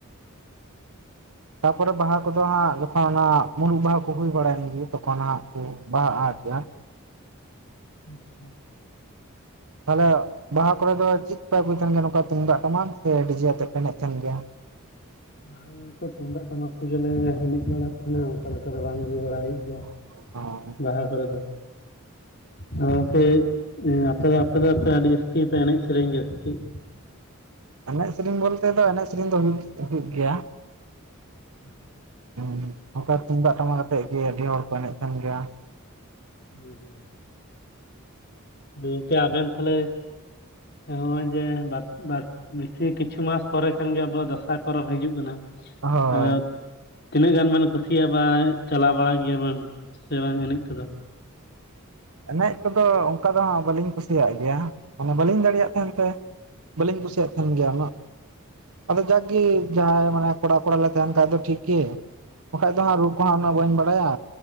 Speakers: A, on the right; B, on the left.
A: ᱛᱟᱯᱚᱨᱮ ᱵᱟᱦᱟ ᱠᱚ ᱫᱚ ᱦᱟᱸᱜ ᱡᱚᱠᱷᱚᱱ ᱚᱱᱟ ᱢᱩᱨᱩᱜ ᱵᱟᱦᱟ ᱠᱚ ᱦᱩᱭ ᱵᱟᱲᱟᱭᱮᱱ ᱜᱮᱼᱼ ᱛᱚᱠᱷᱚᱱ ᱦᱟᱸᱜ ᱠᱚ ᱵᱟᱦᱟ ᱟᱴᱚ ᱜᱮᱭᱟ
B: ᱟᱪᱪᱷᱟ
A: ᱛᱟᱦᱚᱞᱮ ᱵᱟᱦᱟ ᱠᱚᱨᱮᱜ ᱫᱚ ᱪᱮᱫᱯᱮ ᱟᱹᱜᱩᱭ ᱛᱟᱦᱮᱱ ᱜᱮᱭᱟ, ᱱᱚᱝᱠᱟ ᱛᱩᱢᱫᱟᱜ ᱴᱟᱢᱟᱠ ᱥᱮ ᱰᱤᱡᱮ ᱟᱛᱮᱫ ᱯᱮ ᱮᱱᱮᱡ ᱛᱟᱦᱮᱸᱱ ᱜᱮᱭᱟ?
B: ᱦᱚᱸ ᱚᱱᱠᱟ ᱛᱩᱢᱫᱟᱜ ᱴᱟᱢᱟᱠ ᱛᱮᱜᱮᱞᱮ ᱮᱱᱮᱡ ᱵᱟᱲᱟᱜ ᱛᱟᱦᱮᱸᱱᱟ, ᱚᱱᱠᱟ ᱞᱮᱠᱟ ᱫᱚ ᱵᱟᱝ ᱟᱹᱜᱩ ᱵᱟᱲᱟ ᱦᱩᱭᱩᱜ ᱜᱮᱭᱟ ᱾
A: <unintelligible>
B: ᱵᱟᱦᱟ ᱠᱚᱨᱮᱜ ᱫᱚ ᱟᱫᱚ, ᱜᱚᱝᱠᱮ ᱟᱯᱮ ᱫᱚ ᱟᱯᱮ ᱫᱚ ᱟᱯᱮ ᱟᱹᱰᱤ ᱡᱟᱹᱥᱛᱤ ᱜᱮᱯᱮ ᱮᱱᱮᱡ ᱥᱮᱨᱮᱧ ᱜᱮᱭᱟ ᱥᱮ ᱪᱮᱫ?
A: ᱮᱱᱮᱡ ᱥᱮᱨᱮᱧ ᱵᱚᱞᱛᱮ ᱫᱚ ᱮᱱᱮᱡ ᱥᱮᱨᱮᱧ ᱫᱚ ᱦᱩᱭᱩᱜ ᱦᱩᱭᱩᱜ ᱜᱮᱭᱟ ᱾
B: ᱟᱪᱪᱷᱟ ᱾
A: ᱦᱚᱸ ᱚᱱᱠᱟ ᱛᱩᱢᱫᱟᱜ ᱴᱟᱢᱟᱠ ᱟᱛᱮᱜ ᱜᱮ ᱟᱹᱰᱤ ᱦᱚᱲ ᱠᱚ ᱮᱱᱮᱡ ᱛᱟᱦᱮᱱ ᱜᱮᱭᱟ ᱾
B: ᱦᱩᱸ ᱦᱩᱸ ᱦᱩᱸ᱾ ᱜᱚᱝᱠᱮ ᱟᱵᱮᱱ ᱛᱟᱦᱚᱞᱮ ᱦᱚᱸᱜᱼᱚᱭ ᱡᱮ ᱵᱟᱨ ᱵᱟᱨ ᱵᱮᱥᱤ ᱠᱤᱪᱷᱩ ᱢᱟᱥ ᱯᱚᱨᱮ ᱠᱷᱟᱱᱜᱮ ᱟᱵᱚᱣᱟᱜ ᱫᱟᱸᱥᱟᱭ ᱯᱚᱨᱚᱵᱽ ᱦᱤᱡᱩᱜ ᱠᱟᱱᱟ
A: ᱦᱳᱭ
B: ᱟᱫᱚ ᱛᱤᱱᱟᱹᱜ ᱜᱟᱱ ᱵᱮᱱ ᱠᱩᱥᱤᱭᱟᱜᱼᱟ ᱵᱟ ᱪᱟᱞᱟᱣ ᱵᱟᱲᱟᱜ ᱜᱮᱭᱟ ᱵᱮᱱ ᱥᱮ ᱵᱟᱝ ᱮᱱᱮᱡ ᱠᱚᱫᱚ?
A: ᱮᱱᱮᱡ ᱠᱚᱫᱚ ᱚᱱᱠᱟ ᱫᱚ ᱦᱟᱸᱜ ᱵᱟᱹᱞᱤᱧ ᱠᱩᱥᱤᱭᱟᱜ ᱜᱮᱭᱟ ᱢᱟᱱᱮ ᱵᱟᱹᱞᱤᱧ ᱫᱟᱲᱮᱭᱟᱜ ᱛᱟᱦᱮᱸᱱ ᱛᱮ ᱾ ᱵᱟᱹᱞᱤᱧ ᱠᱩᱥᱤᱭᱟᱜ ᱛᱟᱦᱮᱱ ᱜᱮᱭᱟ ᱩᱱᱟᱹᱜ ᱾ ᱟᱫᱚ ᱡᱟᱜᱽᱜᱮ ᱡᱟᱦᱟᱸᱭ ᱢᱟᱱᱮ ᱠᱚᱲᱟ ᱠᱚᱲᱟ ᱞᱮ ᱛᱟᱦᱮᱱ ᱠᱷᱟᱡ ᱫᱚ ᱛᱦᱤᱠ ᱜᱮ ᱾ ᱵᱟᱝᱠᱷᱟᱡ ᱫᱚ ᱦᱟᱸᱜ ᱨᱩ ᱠᱚᱦᱚ ᱦᱟᱸᱜ ᱩᱱᱟᱹᱜ ᱵᱟᱹᱧ ᱵᱟᱲᱟᱭᱟ